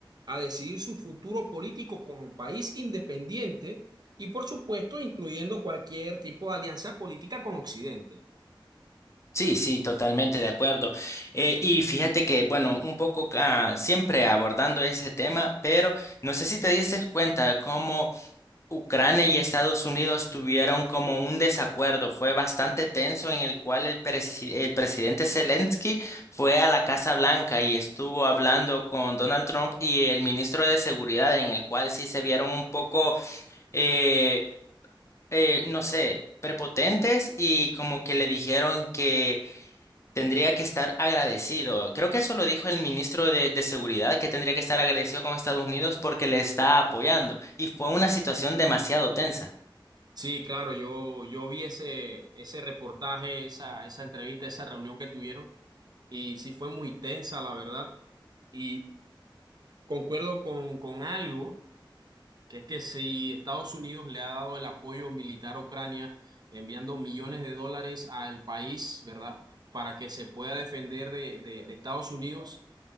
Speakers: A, on the right (about 50°); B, on the left (about 35°).
A: a decidir su futuro político como país independiente y, por supuesto, incluyendo cualquier tipo de alianza política con Occidente.
B: Sí, sí, totalmente de acuerdo. Eh, y fíjate que, bueno, un poco ah, siempre abordando ese tema, pero no sé si te diste cuenta cómo Ucrania y Estados Unidos tuvieron como un desacuerdo. Fue bastante tenso en el cual el, presi- el presidente Zelensky fue a la Casa Blanca y estuvo hablando con Donald Trump y el ministro de Seguridad, en el cual sí se vieron un poco, eh, eh, no sé, prepotentes y como que le dijeron que Tendría que estar agradecido. Creo que eso lo dijo el ministro de, de Seguridad, que tendría que estar agradecido con Estados Unidos porque le está apoyando. Y fue una situación demasiado tensa.
A: Sí, claro, yo, yo vi ese, ese reportaje, esa, esa entrevista, esa reunión que tuvieron y sí fue muy tensa, la verdad. Y concuerdo con, con algo que es que si Estados Unidos le ha dado el apoyo militar a Ucrania, enviando millones de dólares al país, ¿verdad? Para que se pueda defender de, de- de Estados Unidos,